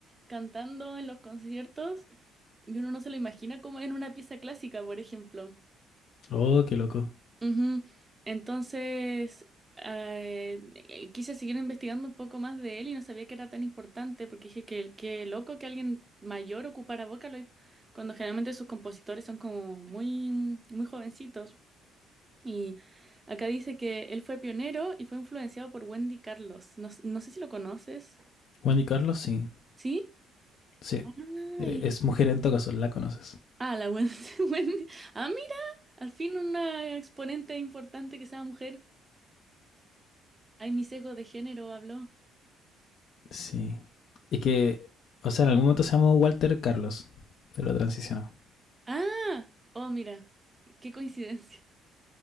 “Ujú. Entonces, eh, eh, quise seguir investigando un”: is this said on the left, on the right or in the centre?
Right